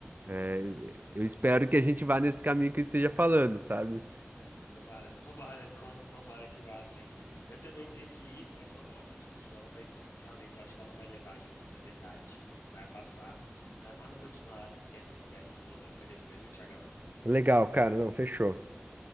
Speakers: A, on the right (about 45°); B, on the left (about 85°).
A: é, eu espero que a gente vá nesse caminho que eu esteja falando, sabe?
B: Ai, Tomara, <laughs> tomara, com- tomara que vá assim. Eu também tenho que ir, mas foi uma ótima discussão, mas realmente acho que ela não vai levar a gente para a verdade, vai afastar. Mas vamos continuar essa conversa filosófica depois, viu, Tiagão?
A: Legal, cara. Não, fechou.